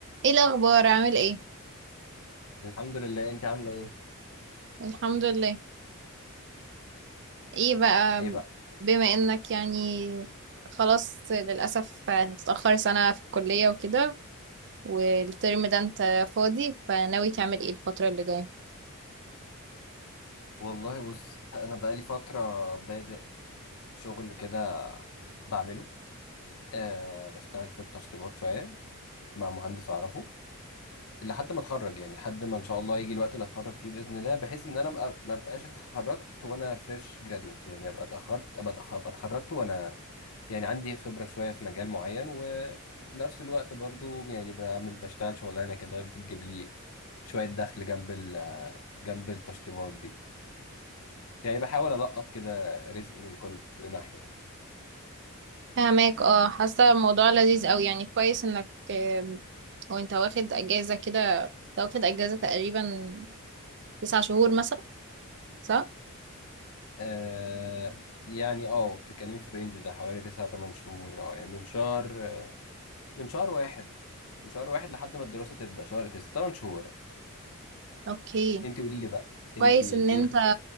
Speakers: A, on the right; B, on the left.
A: ايه الاخبار عامل ايه
B: الحمد لله انت عامله ايه
A: الحمد لله ايه بقى
B: ايه بقى
A: بما انك يعني خلاص للاسف هتتاخر سنه في الكليه وكده والترم ده انت فاضي فناوي تعمل ايه الفتره اللي جايه
B: والله بصي انا بقالي فتره بادئ شغل كده بعمله أه بشتغل في التشطيبات شويه مع مهندس اعرفه لحد ما اتخرج يعني لحد ما ان شاء الله يجي الوقت اللي اتخرج فيه باذن الله بحيث ان انا ما ما ابقاش اتخرجت وانا فريش جراديوت يعني ابقى اتاخرت ابقى أتأخ- أبقى اتخرجت وانا يعني عندي خبره شويه في مجال معين وفي نفس الوقت برضو يعني بعمل بشتغل شغلانه كده بتجيب لي شويه دخل جنب ال جنب التشطيبات دي يعني بحاول ألقط كده رزقي من كل ناحية يعني
A: فهماك اه حاسه الموضوع لذيذ قوي يعني كويس انك آم، وانت واخد اجازه كده أنت واخد اجازه تقريبا تسع شهور مثلا صح
B: آه يعني اه بتتكلمي في الرينج ده حوالي تسعة تمن شهور اه يعني من شهر من شهر واحد من شهر واحد لحد ما الدراسة تبدأ شهر تسعة تمن شهور اه
A: اوكي
B: انت قولي لي بقى
A: كويس
B: انت ايه
A: ان انت
B: خ-